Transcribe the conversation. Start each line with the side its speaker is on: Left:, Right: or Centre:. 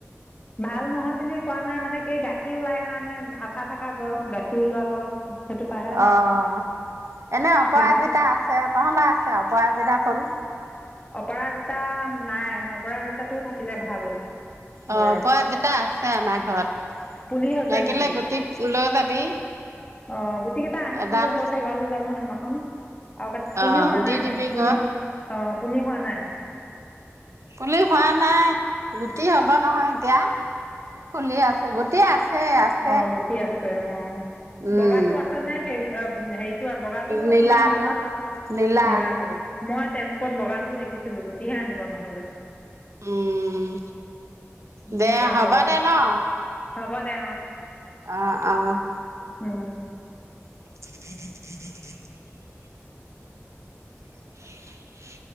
Left: ভাল নহয় বুলি কোৱা নাই, মানে কি গাখীৰ ওলাই কাৰণে আঠা থকা গছ গাখীৰ ওলোৱা গছ। সেইটো পাহে
Right: অ', এনে অপৰাজিতা
Left: সেই
Right: আছে। তহঁতৰ আছে অপৰাজিতা ফুল?
Left: অপৰাজতা নাই, অপৰাজতাটো থাকিলে ভাল।
Right: অ',
Left: ঘৰত
Right: অপৰাজিতা আছে আমাৰ ঘৰত,
Left: পুলি হৈছে
Right: লাগিলে
Left: নেকি
Right: গুটি লৈ যাবি।
Left: অ', গুটি কেইটা আনিছিলো
Right: এডাল
Left: ক'ত হেৰুৱালো জানো সেইদিনাখন। আৰু
Right: অ
Left: পুলি হোৱা নাই
Right: দি
Left: এনেই
Right: দিবি
Left: প
Right: গৈ
Left: অ', পুলি হোৱা নাই?
Right: পুলি হোৱা নাই, গুটি হ'ব নহয় এতিয়া। ফুলি আছে গুটি আছেই আছে।
Left: অ', গুটি আছে অ',
Right: উম
Left: বগাটো আছে নে সেউজ হেৰিত এই বগাটোও
Right: নীলাটো
Left: আছে নে তহঁতৰ তাত,
Right: নীলা
Left: নীলাটো? মই তেজপুৰত বগাটোও দেখিছিলো গুটিহে আনিব নহ'লে।
Right: উম,
Left: নীলা
Right: দে হ'ব
Left: বগা
Right: দে ন'!
Left: হ'ব দে
Right: অ', অ'।
Left: উম।
Right: <inaudible> <inaudible>